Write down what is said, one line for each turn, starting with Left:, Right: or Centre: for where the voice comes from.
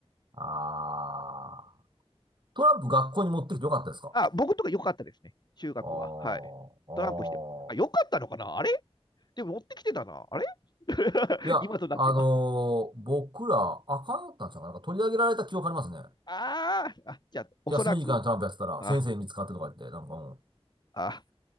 Right: あー。トランプ学校に持ってきてよかったですか
Left: あ僕とか良かったですね、中学は。
Right: あー、
Left: はい。
Right: あー。
Left: トランプしてる。あ、良かったのかなあれでも持ってきてたな。あれ <laughs>
Right: いや、
Left: 今となっては。
Right: あのー僕ら、あかんやったんちゃうかな。なんか取り上げられた記憶ありますね。
Left: ああ、じゃあ、おそらく、
Right: 休み時間にトランプやってたら、
Left: あ、
Right: 先生に見つかってとか言って、なんかも
Left: あ、